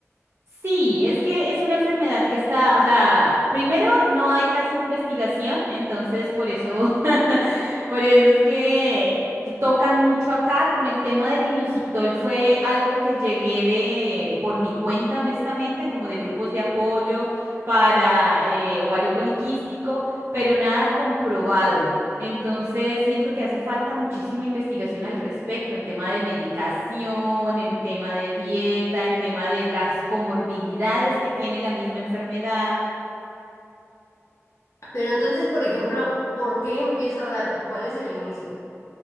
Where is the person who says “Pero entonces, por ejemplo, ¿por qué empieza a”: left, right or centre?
Left